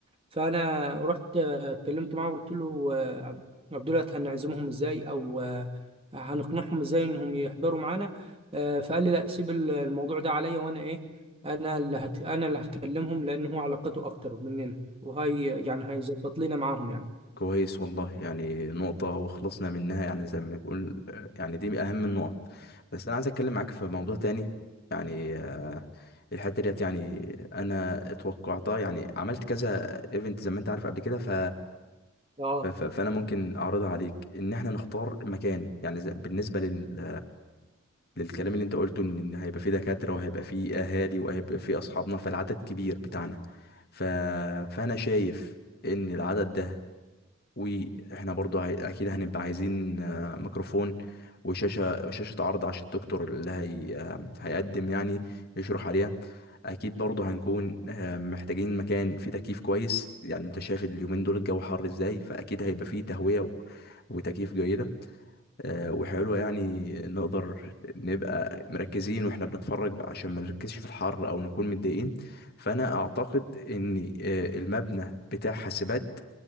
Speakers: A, on the right; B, on the left.
A: فانا رحت آه، اتكلمت معاه وقلت له آه، عب- عبد الله هنعزمهم ازاي او آه، هنقنعهم ازاي انهم يحضروا معانا آه، فقال لي لا سيب ال- الموضوع ده عليا وانا ايه انا اللي هت... انا اللي هكلمهم لان هو علاقته اكتر مننا وهي يعني هيظبط لنا معاهم يعني
B: كويس والله يعني نقطة وخلصنا منها يعني زي ما بنقول آه، يعني دي من أهم النقط بس أنا عايز أتكلم معاك في موضوع تاني يعني آه، الحتة ديت يعني أنا اتوقعتها يعني عملت كذا ايفنت زي ما أنت عارف قبل كده ف...
A: اه
B: ف... ف- فأنا ممكن أعرضها عليك إن إحنا نختار مكان يعني زي- بالنسبة لل... للكلام اللي أنت قلته إن إن هيبقى فيه دكاترة وهيبقى فيه أهالي وهيبقى فيه أصحابنا فالعدد كبير بتاعنا ف... فأنا شايف إن العدد ده واحنا برضو عاي... اكيد هنبقى عايزين آه، ميكروفون وشاشة شاشة عرض عشان الدكتور اللي هي... آه، هيقدم يعني يشرح عليها اكيد برضو هنكون آه، محتاجين مكان فيه تكييف كويس يعني انت شايف اليومين دول الجو حر ازاي فاكيد هيبقى فيه تهوية و... وتكييف جيدة آه، وحلوة يعني نقدر نبقى مركزين واحنا بنتفرج بقى عشان ما نركزش في الحر او نكون متضايقين فانا اعتقد ان آه، المبنى بتاع حاسبات